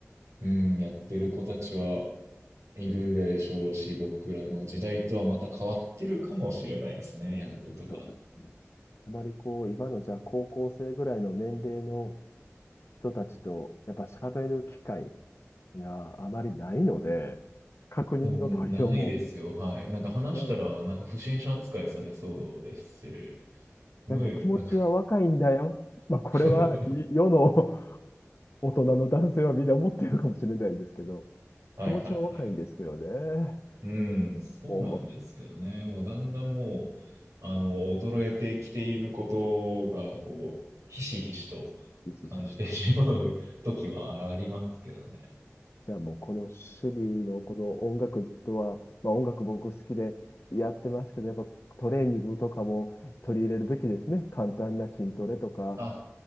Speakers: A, on the right (about 75°); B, on the left (about 60°).
A: うん、やってる子たちは、いるでしょうし、僕らの時代とはまた変わってるかもしれないですね、やることが。
B: そうですね。あまりこう、今のじゃあ高校生ぐらいの年齢の人たちと、やっぱ喋る機会があまりないので、確認の取りようも
A: でもないですよ、はい。なんか話したら、
B: ね
A: なんか不審者扱いされそうですし、無理、
B: なんか気持ちは若いんだよ。
A: なんか
B: まあ、
A: <laughs>
B: これは世世の <laughs> 大人の男性はみんな思ってるかもしれないですけど、
A: はいはいはい。
B: 気持ちは若いんですけどね。
A: うん、そうなんですけどね、
B: も
A: もうだんだんもう、あの、衰えてきていることが、こう、ひしひしと
B: う、ひしひしと。
A: 感じてしまう時はありますけどね。
B: じゃあもうこの趣味のこの音楽とは、まあ音楽僕好きでやってますけど、やっぱトレーニングとかも取り入れるべきですね。簡単な筋トレとか。
A: あ